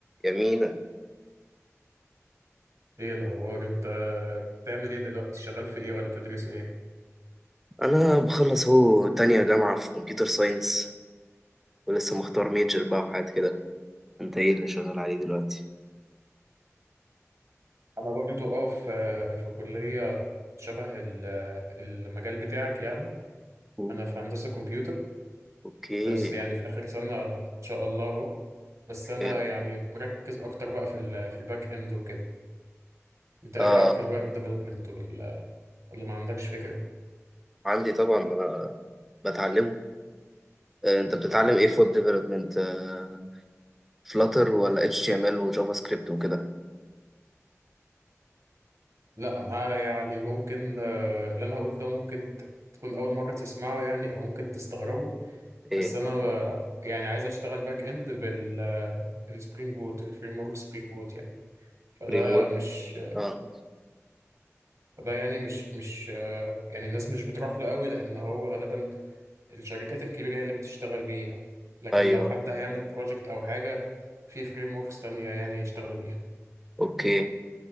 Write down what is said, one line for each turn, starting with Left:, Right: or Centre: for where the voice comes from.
Centre: جميلة
Right: ايه الاخبار انت بتعمل ايه دلوقتي شغال في ايه ولا بتدرس ايه
Centre: أنا بخلص أهو تانية جامعة في كمبيوتر ساينس ولسه مختار ميجر بقى وحاجات كده أنت إيه اللي شغال عليه دلوقتي؟
Right: انا برضو اه في في كليه شبه ال- المجال بتاعك يعني
Centre: أو-
Right: انا في هندسه كمبيوتر
Centre: أوكي
Right: بس يعني في اخر سنه ان شاء الله اهو بس
Centre: حلو
Right: انا يعني مركز اكتر بقى في ال في الباك اند وكده انت ايه
Centre: آه
Right: رايك في الويب ديفلوبمنت ولا ولا ما عندكش فكره
Centre: عندي طبعا ما أنا بتعلمه آه أنت بتتعلم إيه فود ديفلوبمنت آه فلاتر ولا اتش تي ام ال وجافا سكريبت وكده
Right: لا انا يعني ممكن آه، اللي انا هقوله ده ممكن ت- تكون اول مره تسمعه يعني او ممكن تستغربه بس
Centre: إيه
Right: انا ب- يعني عايز اشتغل باك اند بال السبرينج بوت الفريم ورك سبرينج بوت يعني فده
Centre: فريم ورك
Right: مش
Centre: آه
Right: فده يعني مش مش آه، يعني الناس مش بتروح له قوي لان هو غالبا الشركات الكبيره هي اللي بتشتغل بيه يعني لكن
Centre: أيوه
Right: لو حد
Centre: أيوه.
Right: هيعمل بروجكت او حاجه في فريم وركس تانية يعني يشتغلوا بيها
Centre: أوكي